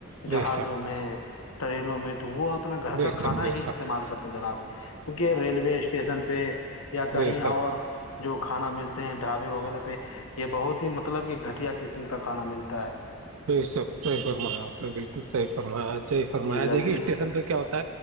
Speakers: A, on the left; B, on the right.
A: جہازوں
B: بے شک
A: میں ٹرینوں میں تو وہ اپنا گھر
B: بے
A: کا
B: شک
A: کھانا
B: بے
A: ہی استعمال
B: شک
A: کرتے جناب کیونکہ ریلوے اسٹیشن پہ یا کہیں
B: بے شک
A: اور جو کھانا ملتے ہیں ڈھابے وغیرہ پہ یہ بہت ہی مطلب کہ گھٹیا قسم کا کھانا ملتا ہے
B: ب اس وت صحی فرمایا آپ نے بالکل صحی فرمایا صحی فرمایا
A: جی لذیذ
B: دیکھیے اسٹیشن پہ کیا ہوتا